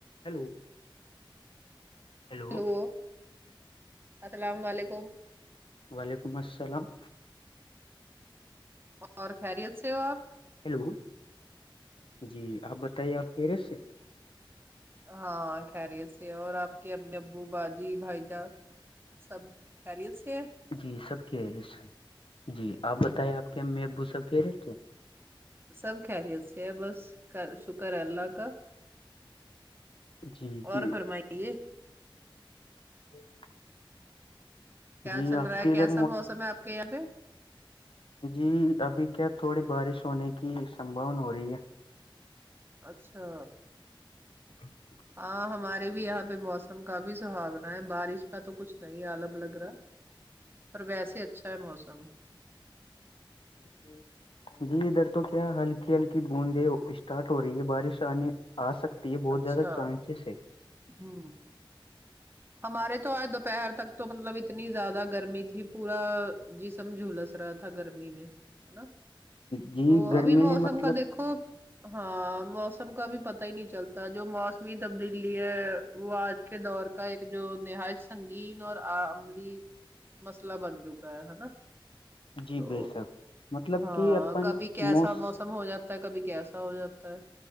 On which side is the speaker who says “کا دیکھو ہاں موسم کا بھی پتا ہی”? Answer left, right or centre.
Right